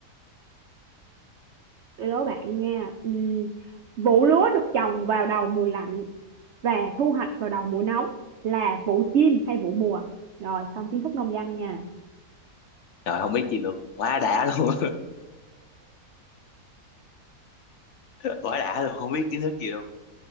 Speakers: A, on the right (about 70°); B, on the left (about 70°).
A: <laughs> Tôi đố bạn nha Ừm, Vụ lúa được trồng vào đầu mùa lạnh Và thu hoạch vào đầu mùa nóng Là vụ chim hay vụ mùa Rồi xong kiến thức nông dân nha
B: rồi không biết gì luôn quá đã luôn <laughs> quá đã luôn không biết kiến thức gì luôn